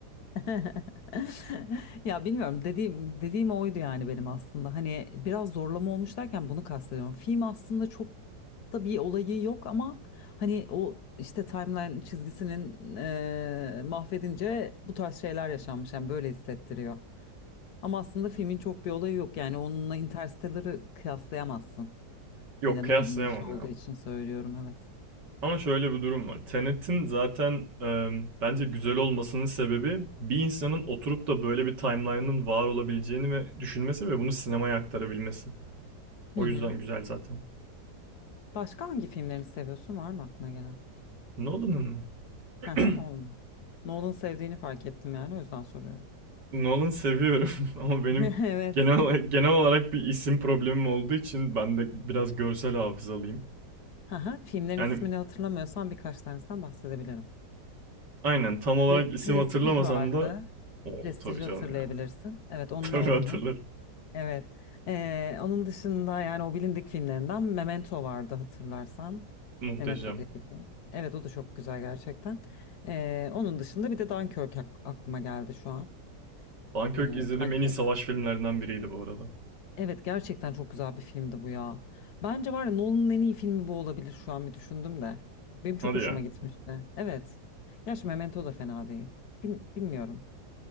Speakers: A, on the left (about 65°); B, on the right (about 75°).
A: <laughs> Ya bilmiyorum dediğim dediğim oydu yani benim aslında. Hani biraz zorlama olmuş derken bunu kastediyorum. Film aslında çok da bir olayı yok ama hani o işte timeline çizgisinin eee, mahvedince bu tarz şeyler yaşanmış. Yani böyle hissettiriyor. Ama aslında filmin çok bir olayı yok. Yani onunla Interstellar'ı kıyaslayamazsın.
B: Yok
A: Yine
B: kıyaslayamam
A: Nolan'ın işi olduğu
B: ya.
A: için söylüyorum evet.
B: Ama şöyle bir durum var. Tenet'in zaten e, bence güzel olmasının sebebi bir insanın oturup da böyle bir timeline'ın var olabileceğini ve düşünmesi ve bunu sinemaya aktarabilmesi. O
A: Hı hı.
B: yüzden güzel zaten.
A: Başka hangi filmlerini seviyorsun? Var mı aklına gelen?
B: Nolan'ın mı? <clears throat>
A: Hı hı, Nolan. Nolan sevdiğini fark ettim yani o yüzden soruyorum.
B: <laughs> Nolan seviyorum <laughs> ama benim
A: <laughs> Evet.
B: genel olarak, genel olarak bir isim problemim olduğu için ben de biraz görsel hafızalıyım.
A: Hı hı, Filmlerin
B: Yani
A: ismini hatırlamıyorsam birkaç tanesinden bahsedebilirim.
B: aynen tam olarak
A: Pre-
B: isim
A: Prestige
B: hatırlamasam
A: vardı.
B: da o
A: Prestiji
B: tabii canım
A: hatırlayabilirsin.
B: ya. <laughs>
A: Evet onun
B: Tabii
A: Nolan'ın.
B: hatırlarım.
A: Evet. Ee, onun dışında yani o bilindik filmlerinden Memento vardı hatırlarsan.
B: Muhteşem.
A: Memento diye bir film. Evet o da çok güzel gerçekten. Ee, onun dışında bir de Dunkirk ak- aklıma geldi şu an.
B: Dunkirk
A: Ee,
B: izlediğim
A: Dunkirk.
B: en iyi savaş filmlerinden biriydi bu arada.
A: Evet gerçekten çok güzel bir filmdi bu ya. Bence var ya Nolan'ın en iyi filmi bu olabilir şu an bir düşündüm de. Benim çok
B: Hadi
A: hoşuma
B: ya.
A: gitmişti. Evet. Gerçi Memento da fena değil. Bil- bilmiyorum.